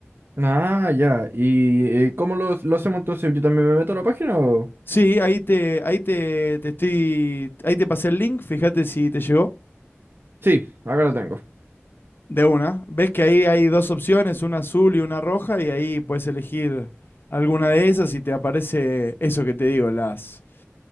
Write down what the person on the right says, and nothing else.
Ah, ya. ¿Y eh, cómo lo, lo hacemos entonces? ¿Yo también me meto a la página o...?
Sí, acá lo tengo.